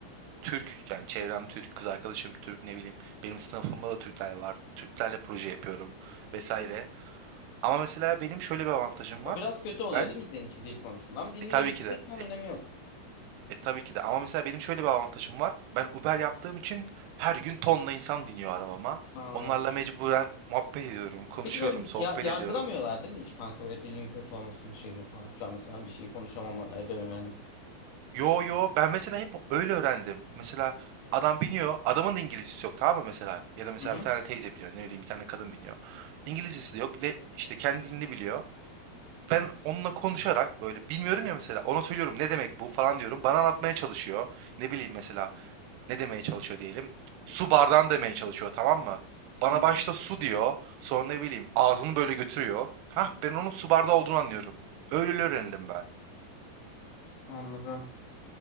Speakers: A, on the right; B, on the left.
A: Türk yani çevrem Türk, kız arkadaşım Türk ne bileyim. Benim sınıfımda da Türkler var. Türklerle proje yapıyorum vesaire. Ama mesela benim şöyle bir avantajım
B: O
A: var.
B: biraz kötü oluyor
A: Ben
B: değil mi senin için dil konusunda? Ama dilini
A: e tabii
B: geliştirdiksen
A: ki de
B: önemi
A: e,
B: yok.
A: e, tabii ki de ama mesela benim şöyle bir avantajım var. Ben Uber yaptığım için her gün tonla insan biniyor arabama.
B: Anladım.
A: Onlarla mecburen muhabbet ediyorum, konuşuyorum,
B: Peki böyle
A: sohbet
B: ya- yargılamıyorlar
A: ediyorum.
B: değil mi hiç kanka böyle dilin kötü olmasının şeyini falan filan mesela bir şey konuşamamanı edememeni.
A: Yo yo ben mesela hep öyle öğrendim. Mesela adam biniyor, adamın da İngilizcesi yok tamam mı mesela? Ya da mesela
B: Hı hı.
A: bir tane teyze biniyor, ne bileyim bir tane kadın biniyor. İngilizcesi de yok, le, işte kendi dilini biliyor. Ben onunla konuşarak, böyle, bilmiyorum ya mesela, ona söylüyorum, "Ne demek bu?" falan diyorum. Bana anlatmaya çalışıyor. Ne bileyim mesela, ne demeye çalışıyor diyelim. Su bardağını demeye çalışıyor, tamam mı? Bana
B: Hı hı.
A: başta su diyor, sonra ne bileyim ağzını böyle götürüyor. Hah, ben onun su bardağı olduğunu anlıyorum. Öyle öyle öğrendim ben.
B: Anladım.